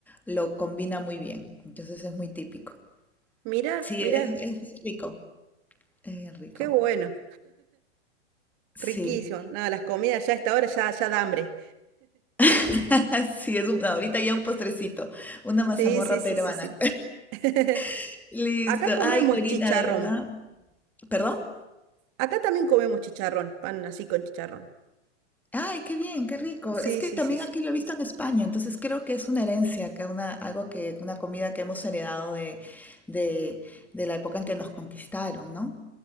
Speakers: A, in the centre; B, on the right.
A: lo combina muy bien. Entonces es muy típico.
B: Mira,
A: Sí,
B: mira,
A: es, es rico. Es bien rico.
B: qué bueno.
A: Sí,
B: Riquísimo. Nada, las comidas ya a esta hora ya, ya da hambre.
A: <laughs> sí, es un- ahorita ya un postrecito, una mazamorra
B: Sí, sí, sí,
A: peruana.
B: sí, sí. <laughs>
A: <laughs> Listo.
B: Acá comemos
A: Ay, Corina,
B: chicharrón.
A: de verdad. ¿Perdón?
B: Acá también comemos chicharrón, pan así con chicharrón.
A: Ay, qué bien, qué rico.
B: Sí,
A: Es que
B: sí,
A: también
B: sí, sí.
A: aquí lo he visto en España, entonces creo que es una herencia, que una, algo que, una comida que hemos heredado de, de, de la época en que nos conquistaron, ¿no?